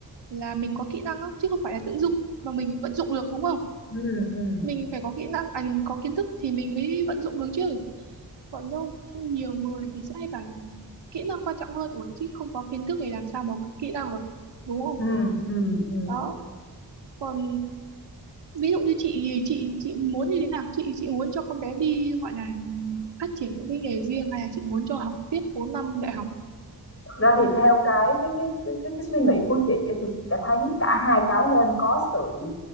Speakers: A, on the right (about 85°); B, on the left (about 35°).
A: là mình có kỹ năng á, chứ không phải là tự dưng mà mình vận dụng được đúng không
B: ừ ừ
A: mình phải có kỹ năng à, có kiến thức thì mình mới vận dụng được chứ còn đâu nhiều người thì sẽ hay bảo là kỹ năng quan trọng hơn ủa chứ không có kiến thức thì làm sao mà có kỹ năng được đúng không
B: ừ ừm, ừm.
A: đó còn ví dụ như chị thì chị chị muốn như thế nào chị chị muốn cho con bé đi gọi là phát triển những cái nghề riêng hay là chị muốn cho học tiếp bốn năm đại học
B: Thực ra thì theo cái cái cái cái cái cái suy nghĩ của chị á, thì chị đã thấy cả hai cái nên có sự